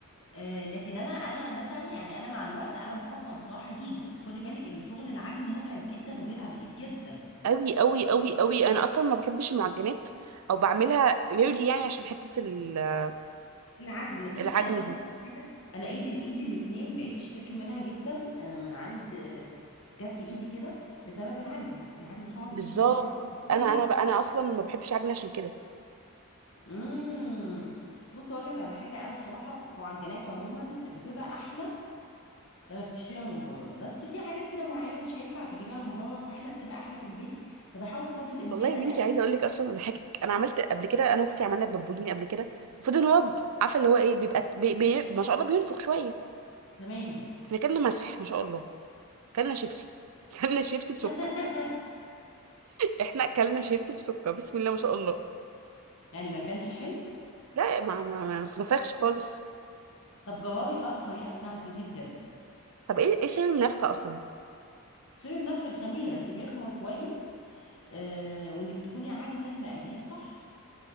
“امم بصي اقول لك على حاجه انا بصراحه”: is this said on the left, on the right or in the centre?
Left